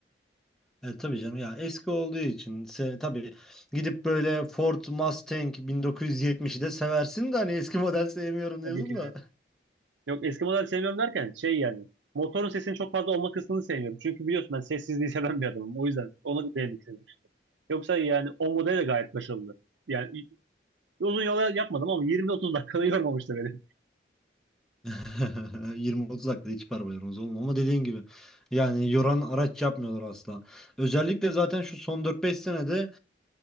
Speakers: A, in the centre; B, on the right.
A: e, tabii canım ya eski olduğu için se, tabii gidip böyle Ford Mustang 1970'i de seversin de hani eski model sevmiyorum
B: Tabii
A: diyorsun
B: ki
A: da
B: de. Yok eski model sevmiyorum derken şey yani. Motorun sesinin çok fazla olma kısmını sevmiyorum. Çünkü biliyorsun ben sessizliği seven bir adamım. O yüzden ona değinmek istedim. Yoksa yani o model de gayet başarılı. Yani uzun yol yapmadım ama 20-30 dakikada yormamıştı beni.
A: <laughs> 20-30 dakikada hiç arabalarımız oğlum ama dediğin gibi yani yoran araç yapmıyorlar asla. Özellikle zaten şu son 4-5 senede